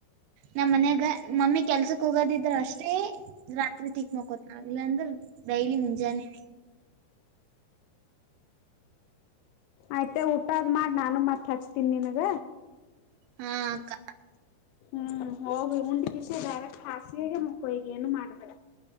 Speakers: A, on the right (about 75°); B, on the left (about 80°).
A: ನಮ್ಮ್ ಮನ್ಯಾಗ ಮಮ್ಮಿ ಕೆಲ್ಸಕ್ ಹೋಗೋದಿದ್ರ ಅಷ್ಟೇ ರಾತ್ರಿ ತಿಕ್ ಮಕೋತ ಇಲ್ಲಾಂದ್ರ ಡೈಲಿ ಮುಂಜಾನೆ
B: ಆಯ್ತ ಊಟದ್ ಮಾಡಿ ನಾನು ಮತ್ತ್ ಹಚ್ತೀನಿ ನಿನಗ
A: ಹಾ
B: ಹ
A: ಅಕ್ಕ
B: ಹ್ಮ್ ಹೋಗಿ ಉಂಡಿಕಿಸಿರೆಕ್ಟ್ ಹಾಸಿಗೆ ಮುಕ್ಕಗೆ ಏನು ಮಾಡ್ಬೇಡ